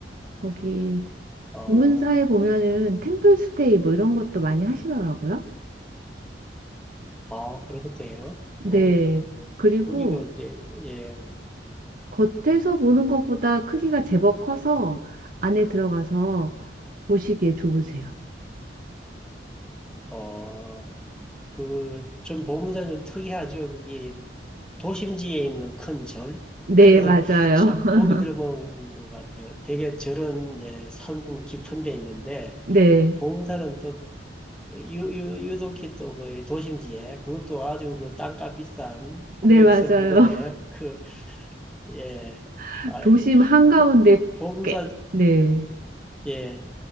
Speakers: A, on the right; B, in the centre.
A: 거기
B: 어,
A: 봉은사에 보면은 템플스테이 뭐 이런 것도 많이 하시더라고요.
B: 아, 그런 것도 해요
A: 네.
B: 어,
A: 그리고
B: 거기가 이제, 예,
A: 겉에서 보는 것보다 크기가 제법 커서 안에 들어가서 보시기에 좋으세요.
B: 어, 그, 좀 보문사는 좀 특이하죠. 그게 도심지에 있는 큰 절. <laughs>
A: 네,
B: 그래서
A: 맞아요.
B: 참
A: <laughs>
B: 보기 드문 것 같아요. 되게 절은 이제 산 깊은 데 있는데,
A: 네,
B: 보문사는 또 유, 유, 유독히 또그 도심지에 그것도 아주 그 땅값 비싼
A: 네,
B: 코엑스
A: 맞아요.
B: 부근에 그, 예,
A: <laughs>
B: 아이,
A: 도심 한가운데
B: 보- 보문사
A: 꽤, 네.
B: 예.